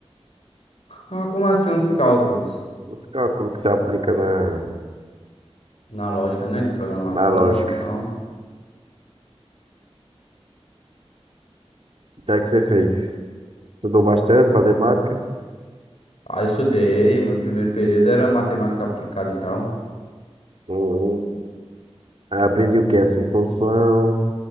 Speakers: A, on the left; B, on the right.
A: Ah, como assim uns cálculos?
B: os cálculos que você aplica na,
A: Na lógica, né? De programação
B: na lógica.
A: e tal.
B: O que é que você fez? Estudou bastante matemática?
A: Ah, estudei. Meu primeiro período era matemática aplicada e tal.
B: Uhum. Aí Aprendi o que? Assim, função.